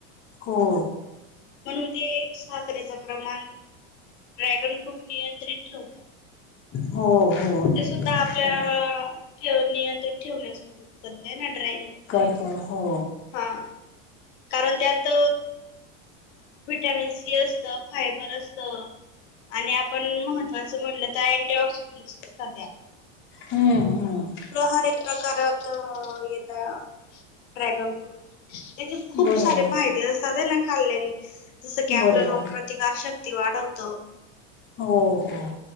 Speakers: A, on the left; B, on the left.
A: हो.
B: म्हणून ते साखरेच प्रमाण ड्रॅगन फ्रूट नियंत्रित ठेवतो.
A: हो हो
B: ते
A: नक्कीच
B: सुद्धा आपल्याला
A: बरोबर
B: नियंत्रित ठेवण्याच करत ना ड्रॅगन.
A: अ हो.
B: हा. कारण त्यात विटॅमिन सी असत. फायबर असत. आणि आपण महत्वाचं म्हटलं, अँटिऑक्सिजन असत त्यात.
A: हम्म हम्म
B: हर एक प्रकारात येत ड्रॅगन फ्रूट. त्याचे खूप
A: बरोबर
B: सारे फायदे असतात आहे ना खाल्ल्याने. जसं की आपलं
A: बरोबर
B: रोगप्रतिकार शक्ती वाढवतं.
A: हो, हो.